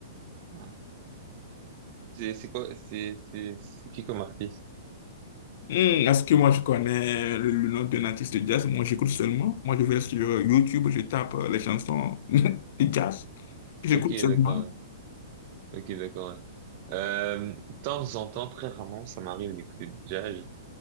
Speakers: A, on the right; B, on the left.
A: Ah. C'est c'est quoi? C'est c'est c'est qui comme artiste?
B: Hmm, Est-ce que moi, je connais le nom d'un artiste de jazz? Moi, j'écoute seulement. Moi, je vais sur YouTube, je tape euh, les chansons <laughs> du jazz. J'écoute
A: Ok,
B: seulement.
A: d'accord. ouais. Ok, d'accord. ouais. Euh, de temps en temps, très rarement, ça m'arrive d'écouter du jazz.